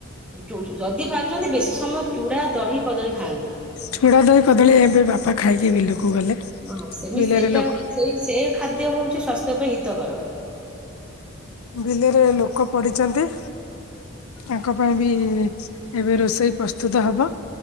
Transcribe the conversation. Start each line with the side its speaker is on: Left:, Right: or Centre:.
Centre: ଉଁ ଚୁ-ଚୁ-ଯଦି ପାରୁଚନ୍ତି ବେଶୀ ସମୟ ଚୁଡ଼ା, ଦହି, କଦଳୀ ଖାଆନ୍ତୁ।
Left: ଚୁଡ଼ା, ଦହି, କଦଳୀ ଏବେ ବାପା ଖାଇକି ବିଲକୁ ଗଲେ।
Centre: ହଁ ସେମି
Left: ବିଲରେ
Centre: ସେଟା
Left: ଲୋକ
Centre: ସେଇ ସେ ଖାଦ୍ୟ ହୋଉଚି ସ୍ୱାସ୍ଥ୍ୟ ପାଇଁ ହିତକାର।
Left: ବିଲରେ ଲୋକ ପଡ଼ିଚନ୍ତି। ତାଙ୍କ ପାଇଁ ବି ଏବେ ରୋଷେଇ ପ୍ରସ୍ତୁତ ହବ।